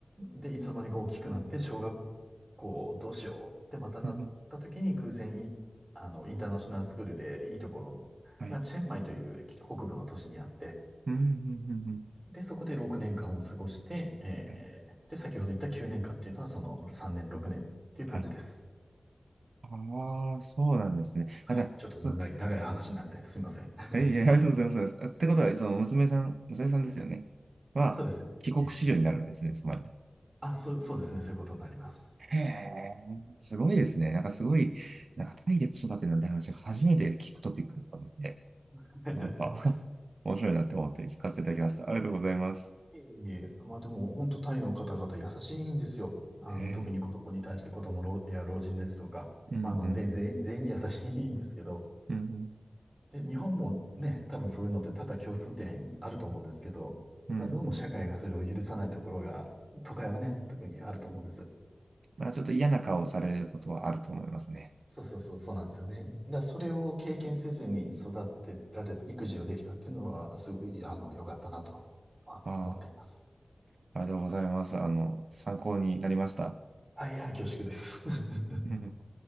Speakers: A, on the right; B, on the right.
A: で、いつの間にか大きくなって、小学校どうしようってまたなった時に偶然い、
B: うんうん。
A: あの、インターナショナルスクールでいいところがチェンマイという北部の都市にあって、
B: はい。うんうんうんうん。
A: で、そこで6年間を過ごして、えー、
B: はい。
A: で、先ほど言った9年間っていうのはその3年、6年っていう感じです。
B: はい。ああ、そうなんですね。
A: はい。
B: あ、だ、
A: ちょっと長い、
B: そ、
A: 長い話になってすみません。<laughs>
B: えいえ、ありがとうございます。あってことは、その娘さん、娘さんですよね。は、
A: そうですね。
B: 帰国子女になるんですね、
A: え
B: つまり。
A: あ、そう、そうですね。そういうことになります。
B: へえ、すごいですね。なんかすごい、なんかタイで子育てなんて話、初めて聞くトピックだったので、
A: <laughs>
B: なんか <laughs> 面白いなって思って聞かせていただきました。ありがとうございます。
A: いえいえ、まあでも、本当タイの方々優しいんですよ。あの、
B: へえ、
A: 特に子供に対して子供老や老人ですとか、
B: うんうん、
A: まあ、あの、全全全員に優しいんですけど、
B: うん
A: で、日本もね、多分そういうのって多々共通点あると思うんですけど、
B: うん、
A: まあどうも社会がそれを許さないところが、
B: うんうん。
A: 都会はね、特にあると思うんです。
B: まあちょっと嫌な顔をされることはあると思いますね。
A: そうそうそう、そうなんですよね。だからそれを経験せずに育てられ、育児をできたっていうのは、すごい、あの、良かったなとは思っています。
B: ああ、ありがとうございます。あの、参考になりました。
A: あい、いや、恐縮です。<laughs>
B: うんうん